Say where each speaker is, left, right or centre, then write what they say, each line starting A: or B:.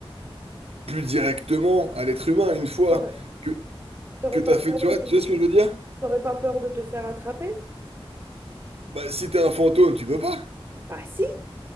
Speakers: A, on the right (about 85°); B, on the right (about 20°).
A: plus directement à l'être humain une fois
B: T'aurais
A: que,
B: t'aurais
A: que tu
B: pas
A: as fait,
B: peur
A: tu vois,
B: de te,
A: tu vois ce que je veux dire?
B: t'aurais pas peur de te faire attraper?
A: Bah, si t'es un fantôme, tu peux pas.
B: Bah si!